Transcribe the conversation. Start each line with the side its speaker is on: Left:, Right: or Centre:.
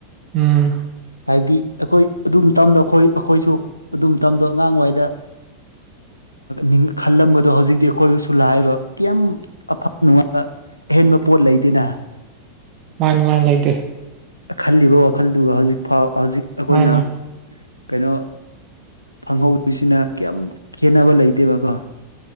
Right: ꯎꯝ
Left: ꯍꯥꯏꯕꯗꯤ ꯑꯈꯣꯏ ꯑꯗꯨꯝ ꯃꯇꯝꯗꯣ ꯈꯣꯏ ꯑꯈꯣꯏꯁꯨ ꯑꯗꯨꯝ ꯃꯇꯝꯗꯣ ꯑꯉꯥꯡꯑꯣꯏꯗ ꯅꯤꯡ ꯈꯜꯂꯝꯕꯗꯣ ꯍꯧꯖꯤꯛꯇꯤ ꯑꯈꯣꯏꯁꯨ ꯂ ꯍꯥꯏꯕ ꯀꯌꯥꯝ ꯑꯐ ꯅꯨꯡꯉꯥꯏꯕ ꯑꯍꯦꯟꯕ ꯄꯣꯠ ꯂꯩꯗꯅ
Right: ꯃꯥꯟꯅꯤ ꯃꯥꯟꯅꯤ ꯂꯩꯇꯦ
Left: ꯈꯜꯂꯤꯕ ꯋꯥꯈꯜꯗꯨꯒ ꯍꯧꯖꯤꯛꯐꯥꯎ ꯍꯧꯖꯤꯛ ꯑꯈꯣꯏꯅ
Right: ꯃꯥꯅꯤ
Left: ꯀꯩꯅꯣ ꯐꯪꯍꯧꯁꯤꯅ ꯀꯌꯥꯝ ꯈꯦꯅꯕ ꯂꯩꯇꯦꯕꯀꯣ